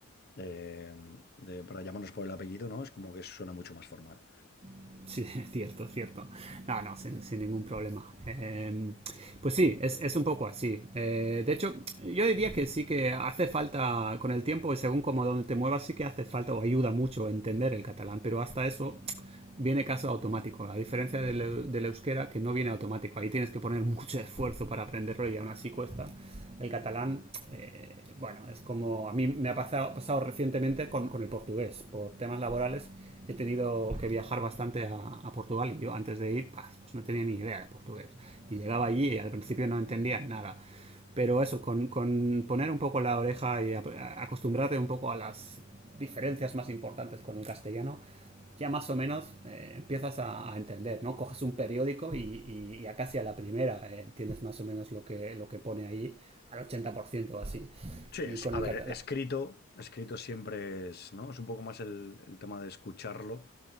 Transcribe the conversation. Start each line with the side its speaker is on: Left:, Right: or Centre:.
Left: de- de- para llamarnos por el apellido, ¿no? Es como que suena mucho más formal.
Right: <laughs> Sí, es cierto, es cierto. No, no, sin, sin ningún problema. Eh, pues sí, es, es, un poco así. Eh, de hecho, yo diría que sí que hace falta, con el tiempo y según como donde te muevas, sí que hace falta o ayuda mucho entender el catalán, pero hasta eso viene caso automático, a diferencia del, del euskera que no viene automático. Ahí tienes que poner mucho esfuerzo para aprenderlo y aún así cuesta. El catalán, eh, bueno, es como a mí me ha pasado, pasado recientemente con, con el portugués, por temas laborales he tenido que viajar bastante a, a Portugal y yo antes de ir pues, pues no tenía ni idea de portugués y llegaba allí y al principio no entendía nada pero eso con, con poner un poco la oreja y a, a acostumbrarte un poco a las diferencias más importantes con el castellano ya más o menos eh, empiezas a, a, entender, ¿no? Coges un periódico y, y, y a casi a la primera eh, entiendes más o menos lo que, lo que pone ahí, al 80% así.
Left: Sí, es-
Right: Y con
Left: a
Right: el
Left: ver,
Right: catalán...
Left: escrito, escrito siempre es, ¿no? Es un poco más el, el tema de escucharlo.